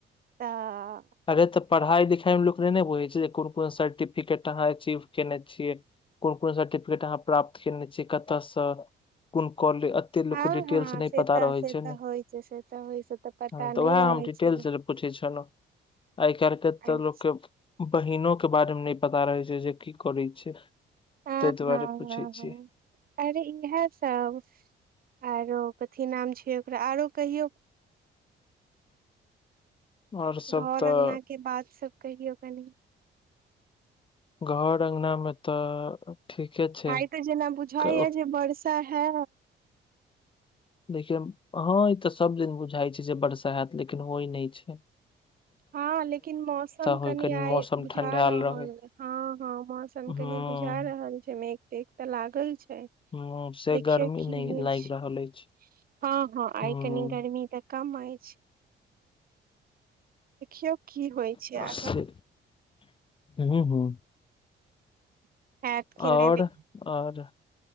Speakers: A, on the right; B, on the left.
A: तऽ
B: अरे तऽ पढ़ाइ लिखाई मे नहि बुझैत छै कोन कोन सर्टिफिकेट अहाँ अचीव केने छियैक कोन कोन सर्टिफिकेट अहाँ प्राप्त केने छीयै कतऽसँ कोन कॉलेज एते लोग
A: हँ
B: कें डिटेल्स
A: हँ
B: नहि
A: से
B: पता
A: तऽ
B: रहैत
A: से
B: छैक।
A: तऽ होइ छै से तऽ होइ से तऽ पता
B: हँ तऽ
A: नहि
B: अहाँ
A: रहै
B: हम देतैल
A: छलै
B: गेल पुछै छलहुँ आइ काल्हि केँ
A: अच्छा
B: तऽ लोककेँ बहिनो केँ बारे मे नहि पता रहैत छै जे की करैत छै
A: ह
B: ताहि दुआरे
A: हँ
B: पूछे
A: ह हँ
B: छी
A: अरे इएह सब आर यौ कथी नाम छै ओकरा आरो कहियौ
B: और सब
A: घर
B: तऽ
A: अङगना के बात सब कहियौ कनि
B: घर अङगना मे तऽ ठीके छै
A: आइ तऽ जेना बुझाइ
B: क-
A: या जे वर्षा है
B: देखियौ हँ ई तऽ सभदिन बुझाइत छै जे वर्षा हत लेकिन होइत नहि छैक
A: हँ लेकिन मौसम
B: होय
A: कनि आइ
B: मौसम
A: बुझा
B: ठंडायल
A: रहल
B: रहै
A: हँ हँ मौसम
B: हूं
A: कनी बुझा रहल छैक मेघ तेघ तऽ लागल छैक
B: हूं से
A: देखियौ
B: गर्मी
A: की
B: नहि
A: होइत
B: लागि
A: छैक
B: रहल अछि
A: हँ हँ
B: हूं
A: आइ कनि गर्मी तऽ कम अछि क की होइत छै आगाँ
B: से हूं हूं
A: हैत कि
B: आओर
A: नहि
B: आओर